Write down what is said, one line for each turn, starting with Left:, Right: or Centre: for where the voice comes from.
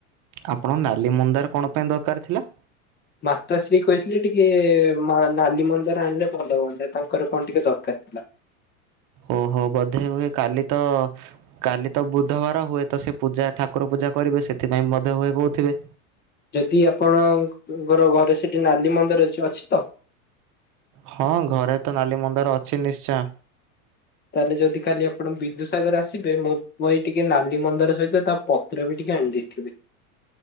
Right: ଆପଣ ନାଲି ମନ୍ଦାର କଣ ପାଇଁ ଦରକାର ଥିଲା?
Left: ମାତଶ୍ରୀ କହିଥିଲେ ଟିକେ ନାଲି ମନ୍ଦାର ଆଣିଲେ ଭଲ ହୁଅନ୍ତା ତାଙ୍କର କଣ ଟିକେ ଦରକାର ଥିଲା।
Right: ଓହୋ ବୋଧେ ହୁଏ କାଲି ତ କାଲି ତ ବୁଧବାର ହୁଏ ତ ସେ ପୂଜା ଠାକୁର ପୂଜା କରିବେ ସେଥିପାଇଁ ମଧ୍ୟ ହୁଏ କହୁଥିବେ।
Left: ଯଦି ଆପଣଙ୍କର ଘରେ ସେଠି ନାଲି ମନ୍ଦାର ଅ ଅଛି ତ।
Right: ହଁ ଘରେ ତ ନାଲି ମନ୍ଦାର ଅଛି ନିଶ୍ଚୟ।
Left: ତାହେଲେ ଯଦି ଖାଲି ଆପଣ ବିନ୍ଦୁସାଗର ଆସିବେ ମୋ ଟିକେ ନାଲି ମନ୍ଦାର ସହିତ ତା ପତ୍ର ବି ଟିକେ ଆଣି ଦେଇଥିବେ।